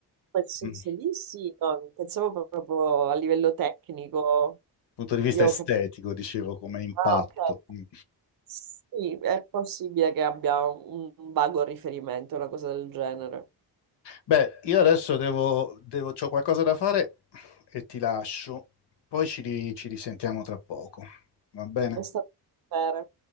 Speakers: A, on the right (about 55°); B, on the left (about 80°).
A: quel senso
B: Mm.
A: lì sì, no, pensavo proprio a livello tecnico,
B: Punto di vista
A: io
B: estetico,
A: ho capito.
B: dicevo, come impatto.
A: Ah, ok.
B: Mm.
A: Sì, è possibile che abbia un un vago riferimento, una cosa del genere.
B: Beh, io adesso devo, devo, c'ho qualcosa da fare e ti lascio. Poi ci ri- ci risentiamo tra poco. Va bene?
A: È stato un piacere.